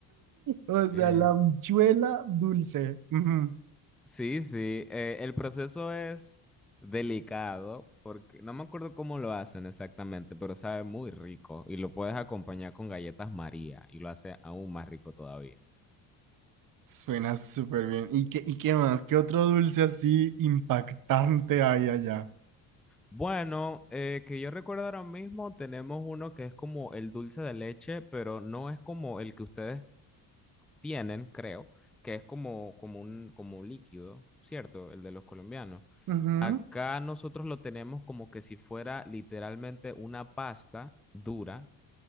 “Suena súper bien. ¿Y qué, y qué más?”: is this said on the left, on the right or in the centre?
Right